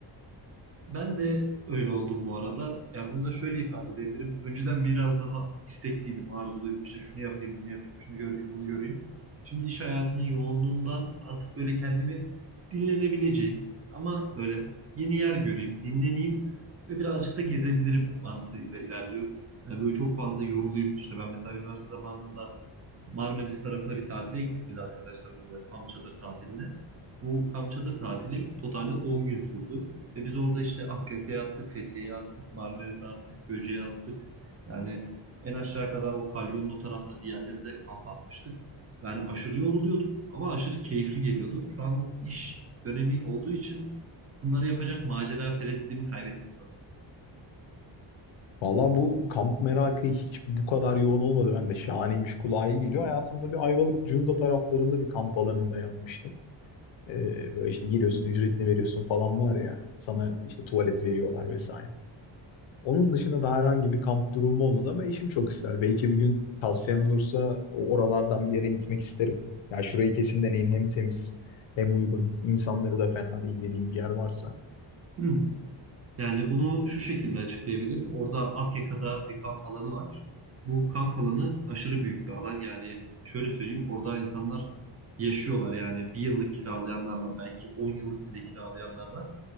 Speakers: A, on the right; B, on the left.
A: Ben de öyle oldum bu arada. Ya bunu da şöyle ifade edebilirim. Önceden biraz daha istekliydim, arzuluydum. İşte şunu yapayım, bunu yapayım, şunu göreyim, bunu göreyim. Şimdi iş hayatının yoğunluğundan artık böyle kendimi dinlenebileceğim. Ama böyle yeni yer göreyim, dinleneyim ve birazcık da gezebilirim mantığıyla ilerliyorum. Yani böyle çok fazla yoruluyum. İşte ben mesela üniversite zamanında Marmaris tarafına bir tatile gittik biz arkadaşlarımızla kamp çadır tatiline. Bu kamp çadır tatili totalde 10 gün sürdü. Ve biz orada işte Akkaya'ya attık, Fethiye'ye attık, Marmaris'e attık, Göce'ye attık. Yani en aşağı kadar o kalyonun o tarafta bir yerlere de kamp atmıştık. Yani aşırı yoruluyorduk ama aşırı keyifli geliyordu. Şu an o iş dönemi olduğu için bunları yapacak macera perestliğimi kaybettim sanırım.
B: Valla bu kamp merakı hiç bu kadar yoğun olmadı. Ben de şahaneymiş kulağa iyi geliyor. Hayatımda bir Ayvalık Cunda taraflarında bir kamp alanında yapmıştım. Ee, böyle işte giriyorsun, ücretini veriyorsun falan var ya. Sana işte tuvalet veriyorlar vesaire. Onun dışında da herhangi bir kamp durumu olmadı ama eşim çok ister. Belki bir gün tavsiyen olursa o oralardan bir yere gitmek isterim. Ya şurayı kesin deneyin. Hem temiz hem uygun. İnsanları da fena değil dediğin bir yer varsa.
A: <clears throat> Yani bunu şu şekilde açıklayabilirim. Orada Akyaka'da bir kamp alanı var. Bu kamp alanı aşırı büyük bir alan. Yani şöyle söyleyeyim orada insanlar yaşıyorlar. Yani bir yıllık kiralayanlar var. Belki 10 yıllık bile kiralayanlar var.